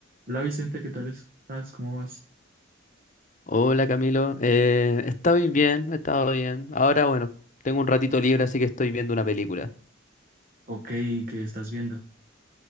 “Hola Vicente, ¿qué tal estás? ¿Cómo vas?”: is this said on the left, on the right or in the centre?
Right